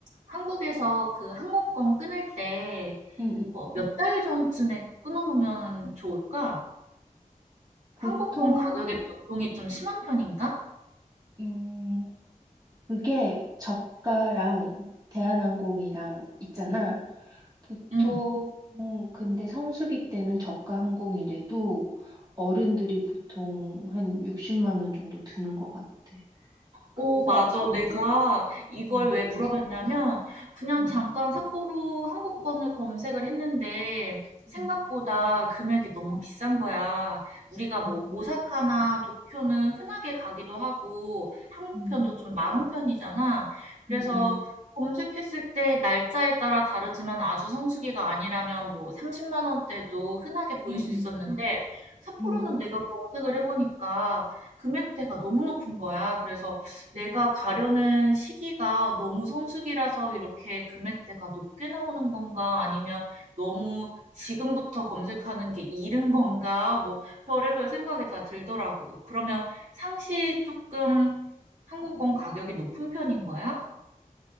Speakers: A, on the right (about 60°); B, on the right (about 30°).
A: 한국에서 그 항공권 끊을 때,
B: 음. 음.
A: 어, 몇 달 전쯤에 끊어놓으면 좋을까?
B: 보통
A: 항공권 가격의 변동이 좀 심한 편인가?
B: 음. 그게 저가랑 대한항공이랑 있잖아. 보통
A: 응.
B: 근데 성수기 때는 저가 항공이래도 어른들이 보통 한 60만 원 정도 드는 것 같아. 그래서
A: 어 맞아.
B: 성수기
A: 내가 이걸
B: 때는
A: 왜
B: 별
A: 물어봤냐면
B: 차이 없어.
A: 그냥
B: 음,
A: 잠깐 삿포로 항공권을 검색을 했는데 생각보다
B: 음,
A: 금액이 너무 비싼 거야. 우리가
B: 음,
A: 뭐
B: 음,
A: 오사카나 도쿄는 흔하게 가기도 하고 항공편도
B: 음,
A: 좀 많은 편이잖아. 그래서
B: 음,
A: 검색했을 때 날짜에 따라 다르지만 아주 성수기가 아니라면 뭐 30만 원대도 흔하게 보일
B: 음,
A: 수 있었는데
B: 음,
A: 삿포로는
B: 음, 음.
A: 내가 검색을 해보니까 금액대가 너무 높은 거야. 그래서 내가 가려는 시기가 너무 성수기라서 이렇게 금액대가 높게 나오는 건가? 아니면 너무 지금부터 검색하는 게 이른 건가? 뭐 별의별 생각이 다 들더라고. 그러면 상시 조금 항공권 가격이 높은 편인 거야?